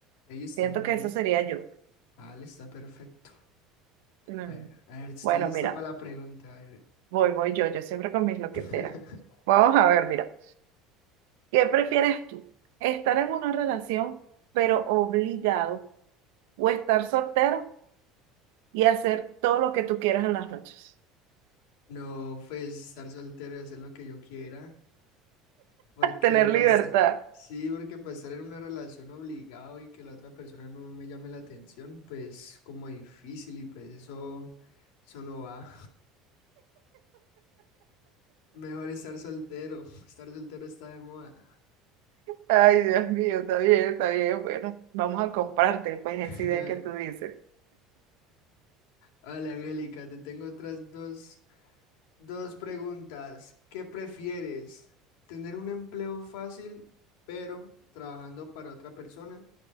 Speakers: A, on the left; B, on the right.
A: Ahí está
B: Siento
A: muy
B: que
A: bien.
B: eso sería yo.
A: Ale está perfecto.
B: Mm.
A: A ver, a ver, estoy
B: Bueno,
A: listo
B: mira,
A: para la pregunta. A ver.
B: voy, voy yo, yo siempre con mis loqueteras.
A: <laughs>
B: Vamos a ver, mira, ¿qué prefieres tú? ¿Estar en una relación pero obligado o estar soltero? y hacer todo lo que tú quieras en las noches.
A: No, pues estar soltero y hacer lo que yo quiera, porque
B: Tener
A: basta.
B: libertad.
A: Sí, porque para estar en una relación obligado y que la otra persona no me llame la atención, pues como difícil y pues eso, eso no va. Mejor estar soltero. <laughs> Estar soltero está de moda.
B: Ay, Dios mío, está bien, está bien. Bueno, vamos a comprarte, pues,
A: <laughs>
B: esa idea que tú dices.
A: Vale, Angélica, te tengo otras dos, dos preguntas. ¿Qué prefieres? ¿Tener un empleo fácil, pero trabajando para otra persona?